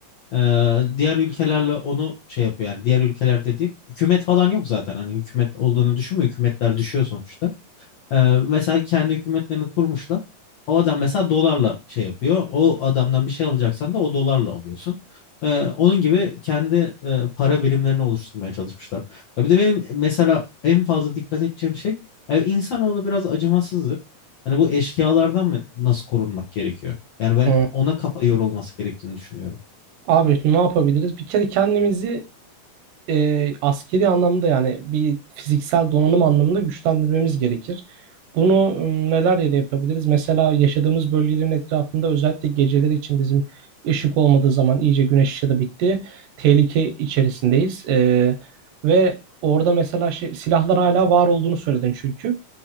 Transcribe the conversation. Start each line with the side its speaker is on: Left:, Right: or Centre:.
Left: E, diğer ülkelerle onu şey yapıyor yani diğer ülkeler dediğim hükümet falan yok zaten hani hükümet olduğunu düşünme hükümetler düşüyor sonuçta. Ee, mesela kendi hükümetlerini kurmuşlar. O adam mesela dolarla şey yapıyor. O adamdan bir şey alacaksan da o dolarla alıyorsun. Ee, onun gibi kendi e, para birimlerini oluşturmaya çalışmışlar. Ya bir de benim mesela en fazla dikkat edeceğim şey yani insanoğlu biraz acımasızdır. Hani bu eşkıyalardan mı nasıl korunmak gerekiyor? Yani ben
Right: Hı.
Left: ona kafa yorulması gerektiğini düşünüyorum.
Right: Abi ne yapabiliriz? Bir kere kendimizi e, askeri anlamda yani bir fiziksel donanım anlamında güçlendirmemiz gerekir. Bunu m, neler yere yapabiliriz? Mesela yaşadığımız bölgelerin etrafında özellikle geceleri için bizim ışık olmadığı zaman iyice güneş ışığı da bitti. Tehlike içerisindeyiz. E, ve orada mesela şey, silahlar hala var olduğunu söyledin çünkü.